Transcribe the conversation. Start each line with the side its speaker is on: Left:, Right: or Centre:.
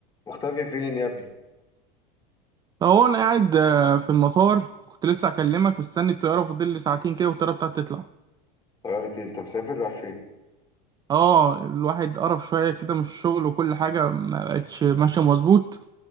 Left: مختفي فين يا ابني
Right: هو انا قاعد آه، في المطار كنت لسه هكلمك مستني الطياره فاضل لي ساعتين كده والطياره بتاعتي تطلع
Left: طيارتي انت مسافر رايح فين
Right: اه الواحد قرف شويه كده من الشغل وكل حاجه ما بقتش ماشيه مظبوط